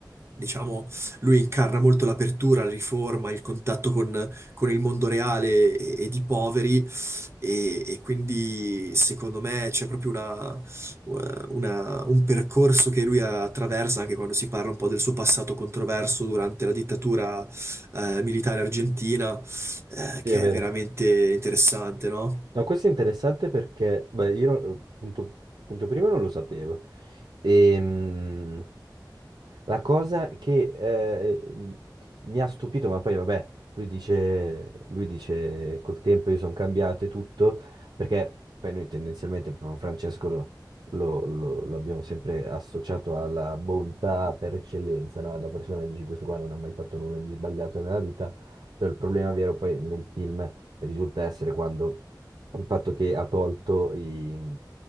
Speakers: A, on the right; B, on the right.
A: diciamo, lui incarna molto l'apertura, la riforma, il contatto con, con il mondo reale e, e di poveri e, e quindi secondo me c'è proprio una eh, una- un percorso che lui attraversa anche quando si parla un po' del suo passato controverso durante la dittatura eh, militare argentina, eh,
B: sì,
A: che
B: è vero.
A: è veramente interessante, no?
B: No, questo è interessante perché, beh, io non- uhm, punto, punto primo non lo sapevo. Ehm, la cosa che eh, m- mi ha stupito, ma poi vabbè, lui dice, lui dice col tempo io sono cambiato e tutto, perché poi noi tendenzialmente proprio Francesco lo, lo- lo- lo abbiamo sempre associato alla bontà per eccellenza, no? Alla persona che dici questo qua non ha mai fatto nulla di sbagliato nella vita, cioè il problema vero poi nel film risulta essere quando il fatto che ha tolto i-